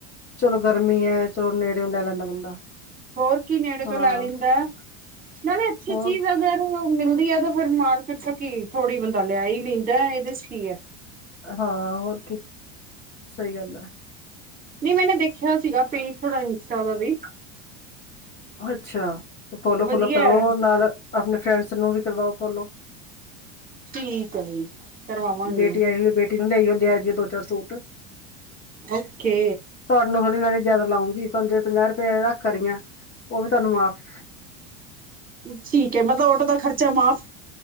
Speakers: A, on the left; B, on the right.
A: ਚਲੋ ਗਰਮੀ ਐ ਚਲੋ ਨੇੜਿਓ ਲੈ ਲੈਂਦਾ ਬੰਦਾ।
B: ਹੋਰ ਕੀ ਨੇੜੇ ਤੋਂ
A: ਹਾਂ
B: ਲੈ ਲੈਂਦਾ ਨਾਲੇ ਅੱਛੀ
A: ਹੋਰ
B: ਚੀਜ਼ ਅਗਰ ਮਿਲਦੀ ਏ ਤਾਂ ਫੇਰ ਮਾਰਕੀਟ ਚੋਂ ਕੀ ਥੋੜੀ ਬੰਦਾ ਲਿਆ ਈ ਲੈਂਦਾ ਇਹਦੇ 'ਚ ਕੀ ਐ।
A: ਹਾਂ ਹੋਰ ਕੀ, ਸਈ ਗੱਲ ਐ।
B: ਨੀ ਮੈਨੇ ਦੇਖਿਆ ਸੀਗਾ ਪੇਜ ਥੋੜਾ ਇੰਸਟਾ ਆਲਾ ਵੀ।
A: ਅੱਛਾ ਤੇ ਫੋਲੋ ਫੁਲੋ
B: ਵਧੀਆ
A: ਕਰੋ
B: ਹੈ
A: ਨਾਲ ਆਪਣੇ ਫਰੈਂਡਸ ਨੂੰ ਵੀ ਕਰਵਾਓ ਫੋਲੋ।
B: ਠੀਕ ਐ ਜੀ। ਕਰਵਾਵਾਂਗੇ
A: ਬੇਟੀ ਆਈ ਹੋਈ ਏ ਬੇਟੀ ਨੂੰ ਲੈ ਆਇਓ ਦੀਆ ਜੀ ਓ ਦੋ ਚਾਰ ਸੂਟ।
B: ਓਕੇ।
A: ਤੁਹਾਨੂੰ ਥੋੜੀ ਨਾਅ ਨੀ ਜਿਆਦਾ ਲਾਉਂਗੀ ਤੁਹਾਨੂੰ ਜੇ ਪੰਜਾਹ ਰੁਪਏ ਰੱਖ ਰੀਆ ਉਹ ਵੀ ਤੁਹਾਨੂੰ ਮਾਫ਼।
B: ਠੀਕ ਏ ਮਤਲਬ ਓਟੋ ਦਾ ਖਰਚਾ ਮਾਫ਼